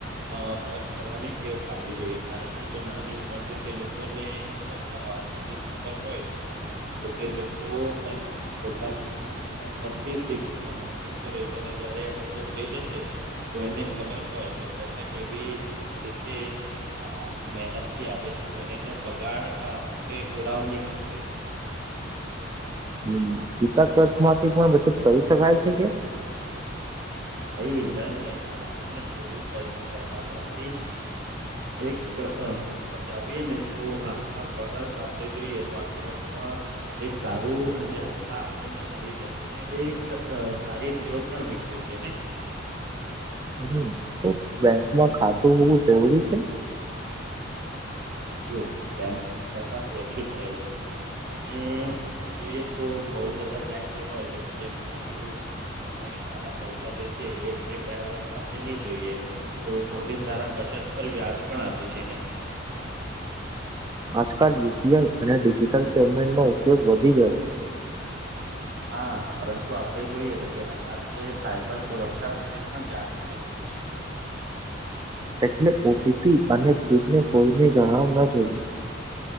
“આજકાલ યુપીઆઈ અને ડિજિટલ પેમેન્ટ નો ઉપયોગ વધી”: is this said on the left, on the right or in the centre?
Right